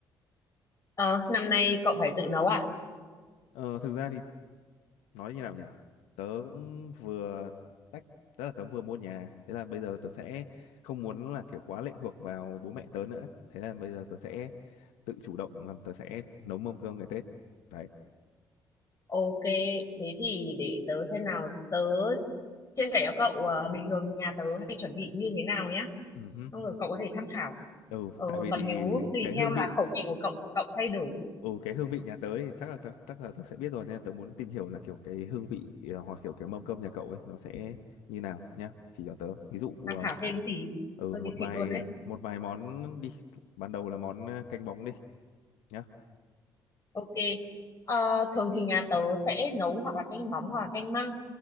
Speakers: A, on the left; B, on the left.
A: Ờ, năm nay cậu phải tự nấu à?
B: Ờ, thực ra thì nói như nào nhỉ? Tớ cũng vừa tách tớ là tớ vừa mua nhà thế là bây giờ tớ sẽ không muốn là kiểu quá lệ thuộc vào bố mẹ tớ nữa thế là bây giờ tớ sẽ tự chủ động làm tớ sẽ nấu mâm cơm ngày Tết đấy
A: Ok, thế thì để tớ xem nào, tớ chia sẻ cho cậu ờ, bình thường nhà tớ hay chuẩn bị như thế nào nhá.
B: Ừ.
A: Xong rồi cậu có thể tham khảo.
B: ừ
A: Ờ,
B: tại vì
A: còn
B: thì
A: nếu tùy
B: cái hương
A: theo là
B: vị
A: khẩu vị của cậu thì cậu thay đổi,
B: ừ cái hương vị nhà tớ thì chắc là chắc, chắc là tớ sẽ biết rồi nên là tớ muốn tìm hiểu là kiểu cái hương vị ờ, hoặc kiểu cái mâm cơm nhà cậu ấy nó sẽ như nào nhá chỉ cho tớ ví dụ
A: tham
B: ờ,
A: khảo thêm gì.
B: ừ
A: Hơi
B: một
A: bị xịn
B: vài
A: luôn đấy.
B: một vài món đi ban đầu là món ờ, canh bóng đi nhá
A: Ok. Ờ, thường thì nhà tớ sẽ nấu hoặc là canh bóng hoặc là canh măng.